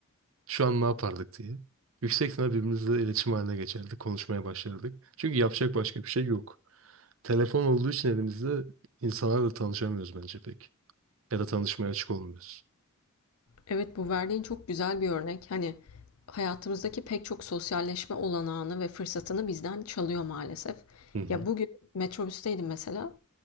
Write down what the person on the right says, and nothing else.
şu an ne yapardık diye. Yüksek ihtimal birbirimizle iletişim haline geçerdik, konuşmaya başlardık. Çünkü yapacak başka bir şey yok. Telefon olduğu için elimizde insanlarla tanışamıyoruz bence pek. Ya da tanışmaya açık olmuyoruz.
Hı hı.